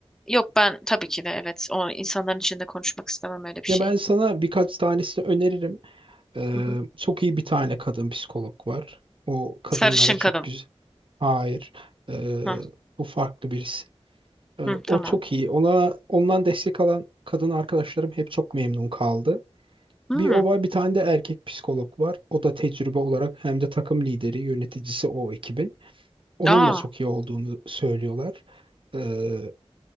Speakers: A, in the centre; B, on the right.
A: Yok ben tabii ki de evet. O insanların içinde konuşmak istemem öyle bir
B: Ya
A: şeyi.
B: ben sana birkaç tanesini öneririm. Ee,
A: Hı hı.
B: çok iyi bir tane kadın psikolog var. O kadınlara
A: Sarışın
B: çok
A: kadın.
B: güzel. Hayır. Ee,
A: Hı,
B: bu farklı birisi. Ee,
A: hı,
B: o
A: tamam.
B: çok iyi. Ona ondan destek alan kadın arkadaşlarım hep çok memnun kaldı.
A: Hı.
B: Bir o var, bir tane de erkek psikolog var. O da tecrübe olarak hem de takım lideri, yöneticisi o ekibin. Onun
A: Aa.
B: da çok iyi olduğunu söylüyorlar. Ee,